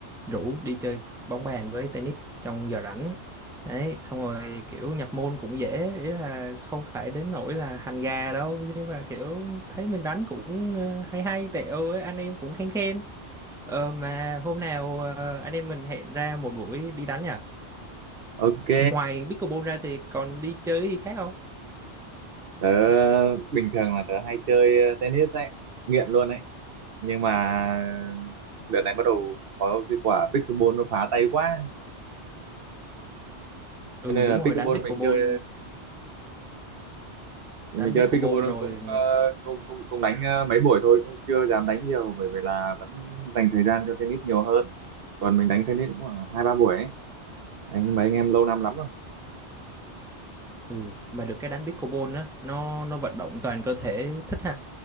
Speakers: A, in the centre; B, on the right.
A: rủ đi chơi bóng bàn với tennis trong giờ rảnh đấy xong rồi kiểu nhập môn cũng dễ ý là không phải đến nỗi là hành gà đâu nhưng mà kiểu thấy mình đánh cũng ờ, hay hay tẹo ấy, anh em cũng khen khen ờ, mà hôm nào ờ, anh em mình hẹn ra một buổi đi đánh nhỉ
B: Ok,
A: ngoài pickleball ra thì còn đi chơi gì khác không
B: tớ bình thường là tớ hay chơi ờ, tennis đấy, nghiện luôn đấy. nhưng mà đợt này bắt đầu có cái quả pickleball nó phá tay quá
A: ừ
B: cho nên
A: đúng
B: là
A: rồi
B: pickleball
A: đánh pickleball
B: mình chơi mình
A: đánh
B: chơi
A: pickleball
B: pickleball
A: rồi
B: cũng ờ, cũng cũng, cũng đánh ờ, mấy buổi thôi cũng chưa dám đánh nhiều bởi vì là vẫn dành thời gian cho tennis nhiều hơn còn mình đánh tennis cũng khoảng hai ba buổi ấy. đánh với mấy anh em lâu năm lắm rồi
A: ừ mà được cái đánh pickleball á nó nó vận động toàn cơ thể thích ha